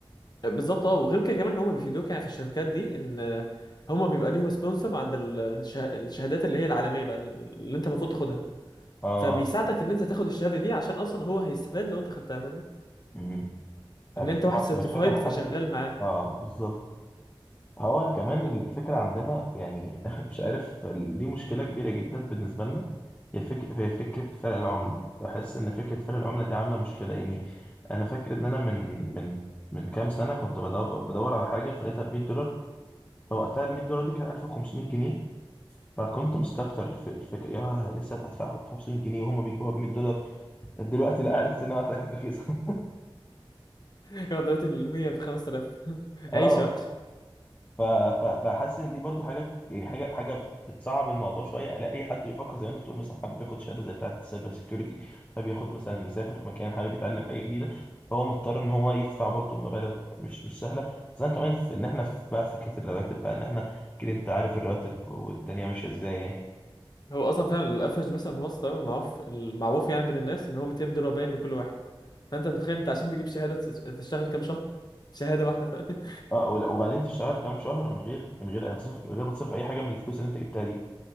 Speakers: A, on the left; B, on the left.
A: بالظبط اه وغير كده كمان ان هم بيفيدوك يعني في الشركات دي ان هم بيبقى ليهم سبونسر عند الشه- الشهادات اللي هي العالميه بقى اللي انت المفروض تاخدها
B: اه
A: فبيساعدك ان انت تاخد الشهاده دي عشان اصلا هو هيستفاد لو انت خدتها فاهمني
B: مم. اكيد
A: ان انت
B: طبعا
A: واحد سيرتيفايد
B: لما يشغل حد
A: فشغال معاه
B: اه بالظبط هو كمان
A: <laughs> بالظبط.
B: الفكره عندنا يعني <laughs> مش عارف ال- دي مشكله كبيره جدا بالنسبه لنا هي فك... هي فكره فرق العمله بحس ان فكره فرق العمله دي عامله مشكله يعني انا فاكر ان انا من من من كام سنه كنت بدور, بدور على حاجه فلقيتها ب 100 دولار فوقتها ال 100 دولار دي كانت 1500 جنيه فكنت مستكتر الف- الفكره يا لسه هدفع 500 جنيه وهم بيجيبوها ب 100 دولار دلوقتي لا عرفت انها وقتها كانت رخيصه <laughs>
A: يا درجة المية بخمس 5000 <laughs>
B: اه
A: عيشه
B: ف- ف- فحاسس ان دي برضو حاجات يعني حاجه حاجه بت- بتصعب الموضوع شويه لا اي حد بيفكر زي ما انت بتقول مثلا حابب ياخد شهاده زي بتاعه السايبر سيكيورتي حابب ياخد مثلا يسافر مكان حابب يتعلم حاجه جديده فهو مضطر ان هو يدفع برضو مبالغ مش مش سهله خصوصا كمان في ان احنا في بقى فكره الرواتب بقى ان احنا كده انت عارف الرواتب والدنيا ماشيه ازاي يعني
A: هو اصلا فعلا الافرج مثلا في مصر تمام معروف المعروف يعني بين الناس ان هو 200 دولار باين لكل واحد فانت متخيل انت عشان تجيب شهاده تش- تشتغل كام شهر شهاده واحده فاهم <laughs>
B: اه ولا- وبعدين تشتغل كام شهر من غير من غير أي تصرف من غير ما تصرف اي حاجه من الفلوس اللي انت جبتها دي